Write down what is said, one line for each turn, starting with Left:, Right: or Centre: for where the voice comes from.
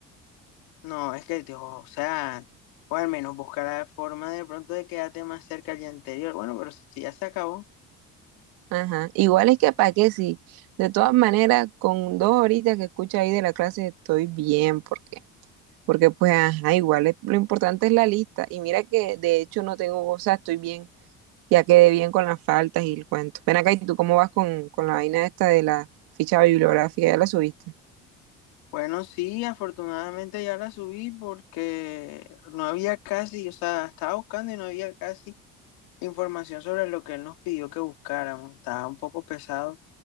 Left: No, es que, tío, o sea, o al menos buscar la forma de pronto de quedarte más cerca al día anterior. Bueno, pero si ya se acabó.
Right: Ajá. Igual es que para qué sí. De todas maneras, con dos horitas que escucho ahí de la clase estoy bien, porque Porque pues, ajá, igual es- lo importante es la lista. Y mira que de hecho no tengo cosas, estoy bien, ya quedé bien con las faltas y el cuento. Ven acá, ¿y tú cómo vas con, con la vaina esta de la ficha bibliográfica? ¿Ya la subiste?
Left: Bueno, sí, afortunadamente ya la subí porque no había casi, o sea, estaba buscando y no había casi información sobre lo que él nos pidió que buscáramos. Estaba un poco pesado